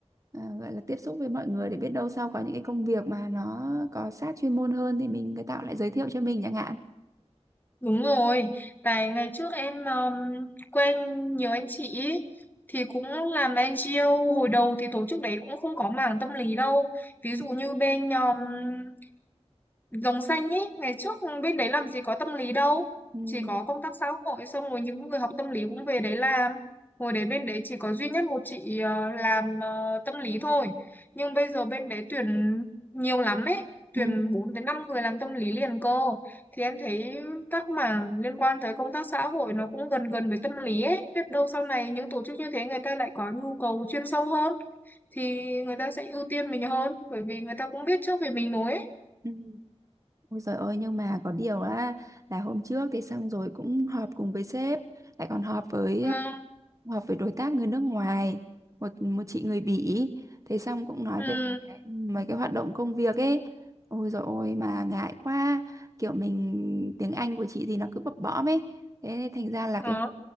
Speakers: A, on the right (about 30°); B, on the left (about 15°).
A: à, gọi là tiếp xúc với mọi người để biết đâu sau có những cái công việc mà nó có sát chuyên môn hơn thì mình người ta cũng lại giới thiệu cho mình chẳng hạn.
B: Đúng rồi, tại ngày trước em um, quen nhiều anh chị ý, thì cũng làm NGO hồi đầu thì tổ chức đấy cũng không có mảng tâm lý đâu. Ví
A: Ừ,
B: dụ như bên um, Rồng xanh ấy, ngày trước bên đấy làm gì có tâm lý đâu.
A: ừ,
B: Chỉ có công tác xã hội xong rồi những người học tâm lý cũng về đấy làm. Hồi đấy bên đấy chỉ có duy nhất một chị ờ, làm ờ, tâm lý thôi. Nhưng bây giờ bên đấy tuyển nhiều lắm ấy.
A: ừ.
B: Tuyển 4 đến 5 người làm tâm lý liền cơ. Thì em thấy các mảng liên quan tới công tác xã hội nó cũng gần gần với tâm lý ấy. Biết đâu sau này những tổ chức như thế người ta lại có nhu cầu chuyên sâu hơn. Thì người ta sẽ ưu tiên mình hơn. Bởi vì người ta cũng biết trước về mình rồi ấy.
A: ừ. Ôi giời ơi nhưng mà có điều á là hôm trước thì xong rồi cũng họp cùng với sếp lại còn họp với
B: Vâng,
A: họp với đối tác người nước ngoài một một chị người Bỉ thế xong cũng nói
B: Ừ,
A: về mấy cái mấy cái hoạt động công việc ấy ôi giời ôi mà ngại quá kiểu mình tiếng Anh của chị thì nó cứ bập bõm ấy thế nên thành ra là
B: đó.
A: cái